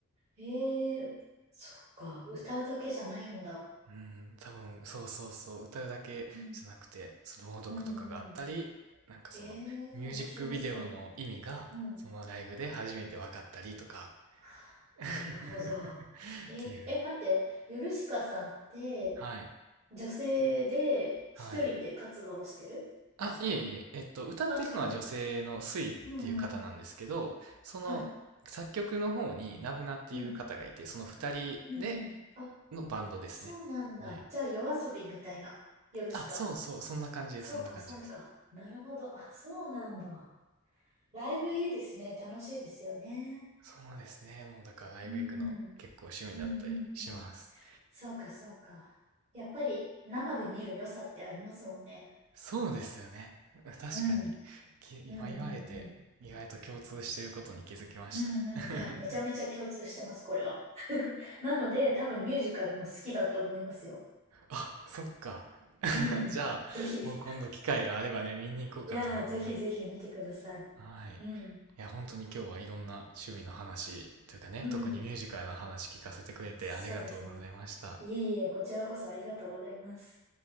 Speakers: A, on the right; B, on the right.
A: ええ、そうか。歌うだけじゃないんだ。
B: うん、多分、そうそうそう、歌うだけじゃなくて、
A: うん。
B: その朗読とかがあったり、
A: うんうん。
B: なんかその、
A: ええ、
B: ミュージックビデオの意味が、
A: 面白そう。うん。
B: そのライブで初めて分かったりとか、
A: <laughs>
B: <laughs> っ
A: なるほど。え、
B: ていう。
A: え、待って。ヨルシカさんって、
B: はい。
A: 女性で一人で活動してるますか
B: はい。あ、いえいえ、えっと、歌ってるのは女性のスイっていう方なんですけど、
A: あ、違うんだ。うんうんうん。
B: その作曲の方にナブナっていう方がいて、
A: はい。うん。
B: その二人で
A: うんうん。あ、
B: のバンドですね。
A: そうなんだ。
B: はい。
A: じゃあ、夜遊びみたいな。ヨルシカ。
B: あ、そうそう、そんな感じです、
A: そうか、
B: そんな感じです。
A: そうか。なるほど。あ、そうなんだ。ライブいいですね。楽しいですよね。
B: そうですね。もうだからライブ行くの結構趣味だったりします。
A: うん。うんうんうん。そうか、そうか。やっぱり生で見る良さってありますもんね。
B: そうですよね。<laughs> 確かに。
A: うん、
B: き今言われて意外と共通していることに気づきました。
A: うん、うん、うん。うんうん。
B: <laughs>
A: いや、めちゃめちゃ共通してます、これは。<laughs> なので、多分ミュージカルも好きだと思いますよ。
B: あ、そっか。<laughs>
A: うん。
B: じゃあ、
A: ぜひ。い
B: もう今度機会があればね、見に行こうかと思います。
A: やー、ぜひぜひ見てください。
B: はい。
A: うん。
B: いや、本当に今日はいろんな趣味の話というかね、
A: うん。
B: 特にミュージカルの話聞かせてくれてありがとうございました。
A: そうですね。いえいえ、こちらこそありがとうございます。